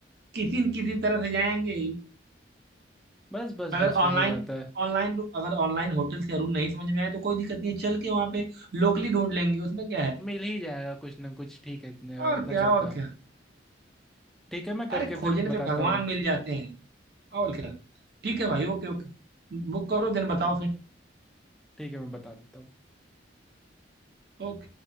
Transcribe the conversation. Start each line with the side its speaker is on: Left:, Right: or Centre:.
Right: किसी न किसी तरह से जाएंगे ही
Centre: बस बस
Right: अगर
Centre: बस वही
Right: ऑनलाइन
Centre: बात है
Right: ऑनलाइन अगर ऑनलाइन होटल से रूम नहीं समझ में आए तो कोई दिक्कत नहीं है चल के वहां पे लोकली ढूंढ लेंगे उसमें क्या है
Centre: मिल ही जाएगा कुछ ना कुछ ठीक है इतने-
Right: और
Centre: उतना
Right: क्या
Centre: चलता
Right: और
Centre: है
Right: क्या
Centre: ठीक है मैं करके
Right: अरे खोजने
Centre: फिर
Right: पे
Centre: बताता
Right: भगवान
Centre: हूँ
Right: मिल जाते हैं और क्या ठीक है भाई ओके ओके बुक करो दिन बताओ फिर
Centre: ठीक है मैं बता देता हूँ
Right: ओके